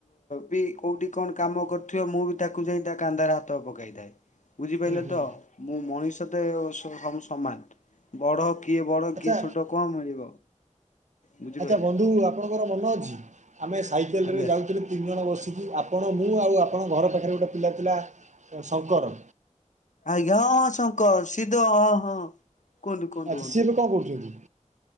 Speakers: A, on the left (about 75°); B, on the right (about 70°).
A: ବି କୋଉଠି କଣ କାମ କରୁଥିବ, ମୁଁ ବି ତାକୁ ଯାଇ ତା କାନ୍ଦାର ହାତ ପକେଇଥାଏ। ବୁଝିପାରିଲେ
B: ହୁଁ ହୁଁ
A: ତ ମୁଁ ମଣିଷ ତ ସବୁ ସମାନ ବଡ କିଏ ବଡ
B: ଆଚ୍ଛା
A: କିଏ ଛୋଟ କଣ ମିଳିବ। ବୁଝିପାରିଲେ
B: ଆଚ୍ଛା ବନ୍ଧୁ ଆପଣଙ୍କର ମନେ ଅଛି ଆମେ ସାଇକେଲରେ
A: ଆଜ୍ଞା।
B: ଯାଉଥିଲେ ତିନି ଜଣ ବସି କି ଆପଣ ମୁଁ ଆଉ ଆପଣଙ୍କ ଘର ପାଖରେ ଗୋଟେ ପିଲା ଥିଲା ଶଙ୍କର।
A: ଆଜ୍ଞା ହଁ ହଁ ଶଙ୍କର ସି ଏ ତ ହ ହଁ। କୁହନ୍ତୁ କୁହନ୍ତୁ
B: ଆଚ୍ଛା
A: କୁହନ୍ତୁ
B: ସିଏ ଏବେ କଣ କରୁଛନ୍ତି?